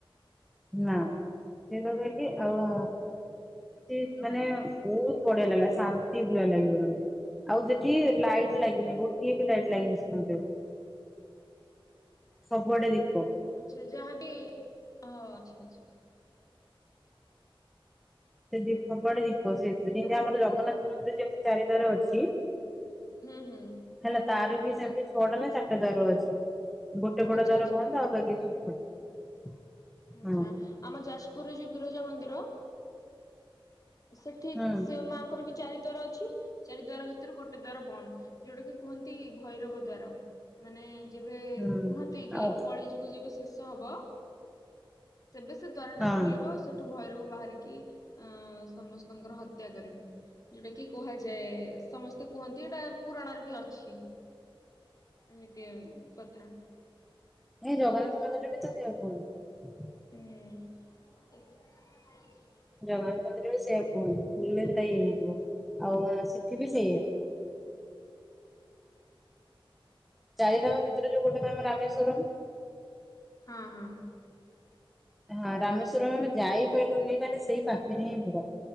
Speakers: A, in the centre; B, on the left.
A: ନା ସେଇଟା କହିଲି ଆଉ ସେଠି ମାନେ ବହୁତ ବଢିଆ ଲାଗିଲା ଶାନ୍ତି ପୁରା ଲାଗିବ ତମକୁ। ଆଉ ସେଠି
B: ହୁଁ
A: ଲାଇଟ ଲାଗିନି ଗୋଟିଏ ବି ଲାଇଟ ଲାଗିନି ସେ ମନ୍ଦିରେ ସବୁଆଡେ ଦୀପ
B: ଆଚ୍ଛା ଯାହାବି ଅ ଆଚ୍ଛା ଆଚ୍ଛା।
A: ସେ ଦୀପ ବଡେ ଦୀପ ସେଥିରେ ଯେମତି ଆମର ଜଗନ୍ନାଥ ମନ୍ଦିର ଯେମିତି ଚାରି ଦ୍ଵାର ଅଛି
B: ହୁଁ ହୁଁ
A: ହେଲା ତାର ବି ସେମିତି ଛଅଟା ନା ଚାରିଟା ଦ୍ୱାର ଅଛି। ଗୋଟେ ପଟ
B: ଆଚ୍ଛା
A: ଦ୍ୱାର
B: ଆଚ୍ଛା
A: ବନ୍ଦ ଆଉ ବାକି ସବୁ ଖୋଲା।
B: ଆଛା
A: ହଁ
B: ଆମ ଯାଜପୁରରେ ଯୋଉ ବିରଜା ମନ୍ଦିର ସେଠି
A: ହୁଁ
B: ସେ ମାଆଙ୍କର ବି ଚାରି ଦ୍ଵାର ଅଛି ଚାରି ଦ୍ଵାର ଭିତରୁ ଗୋଟେ ଦ୍ଵାର ବନ୍ଦ ଯୋଉଟା କି କୁହନ୍ତି ଭୈରବ ଦ୍ଵାର। ମାନେ ଯେବେ
A: ହୁଁ
B: କୁହନ୍ତି କି
A: ଆଉ
B: କଳି ଯୁଗ ଯେବେ ଶେଷ ହବ ସେବେ ସେ ଦ୍ଵାରଟା
A: ହଁ
B: ଖୋଲିବ ସେଠୁ ଭୈରବ ବାହାରିକି ଅ ସମସ୍ତଙ୍କର ହତ୍ୟା କରିବେ। ଯୋଉଟା କି କୁହାଯାଏ ସମସ୍ତେ କୁହନ୍ତି ଏଇଟା ପୁରାଣରେ ବି ଅଛି। ଏମିତି କଥା।
A: ଏଇ ଜଗନ୍ନାଥ ମନ୍ଦିରରେ ବି ତ ସେଇୟା କୁହନ୍ତି।
B: ହୁଁ ।
A: ଜଗନ୍ନାଥ ମନ୍ଦିର ବି ସେଇଆ କୁହନ୍ତୁ ଫୁଲରେଟାଇ ହେଇଥିବ ଆଉ ସେଠି ବି ସେଇଆ। ଚାରି ଧାମ ଭିତରେ ଯୋଉ ଗୋଟେ ଧାମ ରାମେଶ୍ଵରମ।
B: ହଁ ହଁ।
A: ହଁ ରାମେଶ୍ଵରମ ଆମେ ଯାଇ ପରିଲୁନି ମାନେ ସେଇ ପାଖରେ ହିଁ ପୁରା